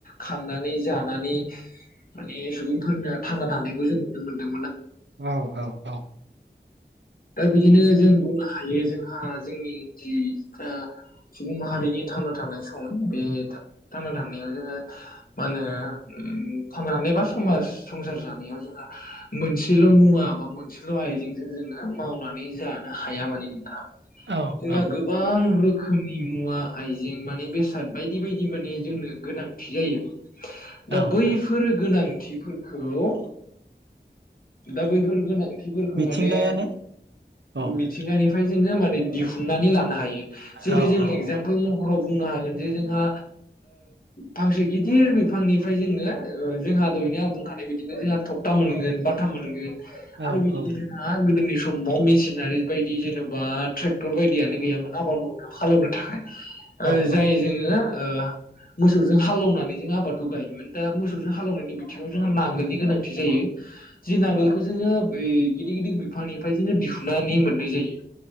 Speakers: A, on the left (about 50°); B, on the right (about 85°).
A: खांनानै जानानै माने सुबुंफोरना थांना थानायखौ जों नुनो मोनदों
B: औ-औ-औ
A: दा बिदिनो जों बुंनो हायो जोंहा जोंनि जि दा सुबुं माहारिनि थांना थानाय सम बे थांना थानायाव जोङो मा होनो थांनानै बा समाज संसार जानायाव जोंहा मोनसेल' मुवा माबा मोनसेल' आइजेंजों जोङो मावनानै जानो हाया माने नोंथां
B: औ
A: जोंहा
B: औ
A: गोबां रोखोमनि मुवा आइजें माने बेसाद बायदि बायदि माने जोंनो गोनांथि जायो
B: औ
A: दा बैफोर गोनांथिफोरखौ दा बैफोर गोनांथिफोरखौ
B: मिथिंगायानो
A: माने
B: औ
A: मिथिंगानि फ्राय जोङो दिहुननानै लानो हायो
B: औ
A: जेरै
B: औ
A: जों
B: औ
A: इगजामफोल मह राव बुंनो हागोन जे जोंहा फांसे गिदिर बिफांनिफ्राय जोंडो जोंहा दहायनो आं बुंखानाया बादिनो जोंहा तखथा मोनगोन बाथाम मोनगोन
B: औ
A: आरो बिदिनो
B: औ
A: जोंहा गोदोनि समाव मेसिनारि बायदि जेन'बा ट्रेक्टर बायदियानो गैयामोन आबाद मावनो हाले एवनो थाखाय
B: औ
A: जाय
B: औ
A: जोङो मोसौजों हाल एवनानै जों आबादखौ गायोमोन दा मोसौजों हाले एवनायनि बिथिङाव जोंहा नांगोलनि गोनांथि जायो जि नांगोलखौ जोङो बे गिदिर गिदिर बिफांनिफ्राय जोङो दिहुननानै मोननाय जायो